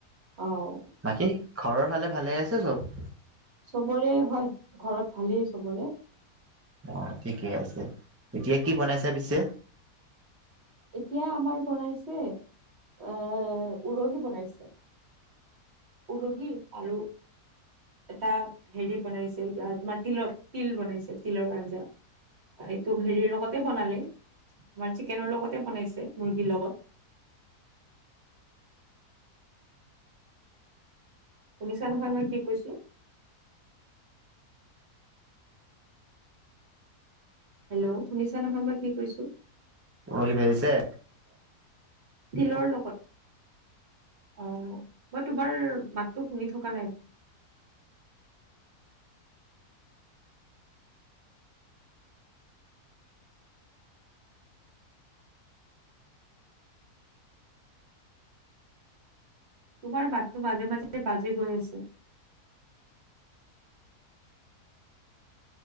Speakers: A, on the right; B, on the right.
A: অ'।
B: বাকী ঘৰৰ ফালে ভালে আছে চব?
A: চবৰে হয়, ঘৰত ভালেই চবৰে।
B: অ' ঠিকে আছে। এতিয়া কি বনাইছা পিছে?
A: এতিয়া আমাৰ বনাইছে এ, উৰহি বনাইছে। উৰহি আৰু এটা হেৰি বনাইছে তোমাৰ তিলৰ, তিল বনাইছে তিলৰ আঞ্জা। এইটো হেৰিৰ লগতে বনালে তোমাৰ চিকেনৰ লগতে বনাইছে, মুৰ্গীৰ লগত। শুনিছা নহয় মই কি কৈছোঁ? হেল্ল' শুনিছা নহয় মই কি কৈছোঁ?
B: উৰহী ভাজিছে?
A: তিলৰ লগত। অ' মই তোমাৰ মাতটো শুনি থকা নাই। তোমাৰ মাতটো মাজে মাজে বাজি গৈ আছে।